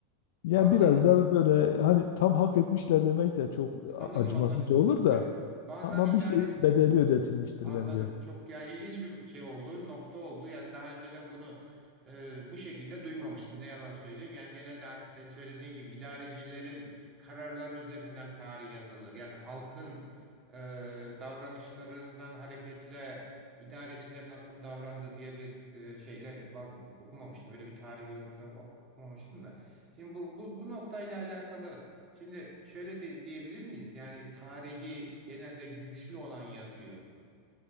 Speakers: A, on the left; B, on the right.
A: yani
B: Bazen
A: biraz da böyle hani tam hak etmişler demek de çok a-
B: anladım
A: acımasızca
B: anladım.
A: olur da
B: Ya bazen
A: ama
B: idare
A: bir şeyin bedeli ödetilmiştir
B: Anladım.
A: bence.
B: Çok ya ilginç bir şey oldu, nokta oldu. Yani daha önceden bunu e, bu şekilde duymamıştım. Ne yalan söyleyeyim. Yani genelde hani senin söylediğin gibi idarecilerin kararları üzerinden tarih yazılır. Yani halkın e, davranışlarından hareketle idareciler nasıl davrandı diye bir e, şeyle bak, okumamıştım. Öyle bir tarih yorumunda ok- okumamıştım da. Şimdi bu bu, bu noktayla alakalı Şimdi şöyle de, diyebilir miyiz? Yani tarihi genelde güçlü olan yazıyor.